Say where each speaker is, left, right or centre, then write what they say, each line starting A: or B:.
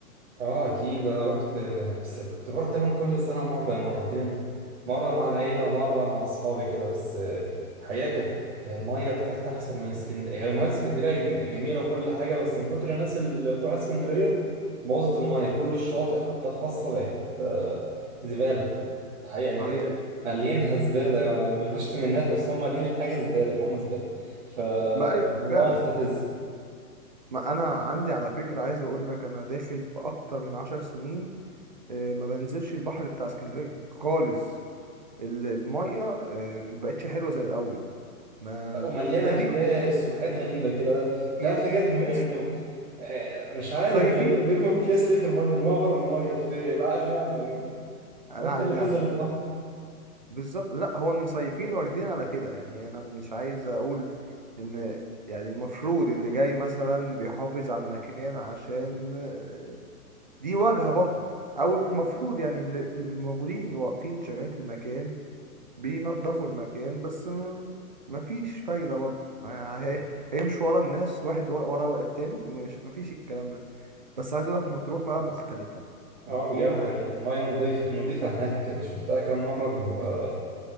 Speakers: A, on the right; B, on the right.
A: اه اكيد انا رحت بس كنت بروح تقريبا كل سنه مره أو مرتين مره مع العيله ومره
B: لا
A: مع اصحابي كده بس الحقيقه كانت الميه بتاعتها احسن من اسكندريه يعني الميه في اسكندريه جم- جميله وكل حاجه بس من كتر الناس اللي بتروح اسكندريه بوظت الميه كل الشواطئ حتى الخاصه بقت آه، زباله الحقيقه يعني
B: ما
A: ايه
B: هي حقيقي.
A: مالينها زباله يعني مش بشتم الناس بس هم مالين الحاجه زباله فهم زباله فالموضوع
B: ما أيوة فعلا
A: مستفز
B: ما انا عندي على فكرة عايز اقول لك انا داخل في اكتر من عشر سنين آه، ما بنزلش البحر بتاع اسكندريه خالص ال- الميه آه، ما بقتش حلوه زي الاول ما
A: ومليانه
B: تقريبا
A: اكياس وحاجات غريبه كده مش
B: ي-
A: عارف حاجات من
B: يس
A: يعني انت آه، مش عارف
B: مصيفين
A: بيعملوا بيرموا الكيس ليه في الميه بيرموها بره الميه في العقل نعمه يا جماعه
B: انا
A: ما انت
B: علي
A: اللي
B: نعمه
A: نزل
B: فانا
A: البحر
B: بالظبط لا هو المصيفين واخدين على كده يعني انا مش عايز اقول ان يعني المفروض اللي جاي مثلا بيحافظ على المكان عشان آه، دي واجهه برضو او المفروض يعني اللي اللي موجودين واقفين شغالين في المكان بينضفوا المكان بس م- مفيش فايدة برضه ه- هي- هيمشوا ورا الناس واحد ورا ورا التاني مش مفيش الكلام ده بس عايز اقولك مطروح بقى مختلفة
A: اه
B: مطروح
A: بجد يعني
B: آه.
A: الميه نظيفه نظيفه هناك انا شفتها كام مره
B: ج-
A: بيبقى